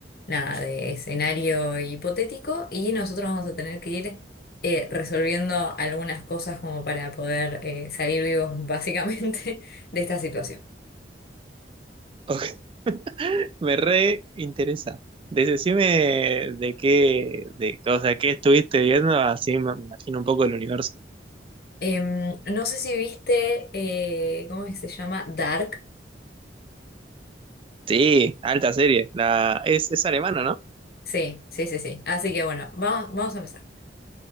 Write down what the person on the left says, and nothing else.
nada, de escenario hipotético y nosotros vamos a tener que ir eh, resolviendo algunas cosas como para poder eh, salir vivos básicamente <laughs> de esta situación.
Em, no sé si viste, eh, ¿cómo se llama? Dark.
Sí, sí, sí, sí. Así que bueno, vamos, vamos a empezar.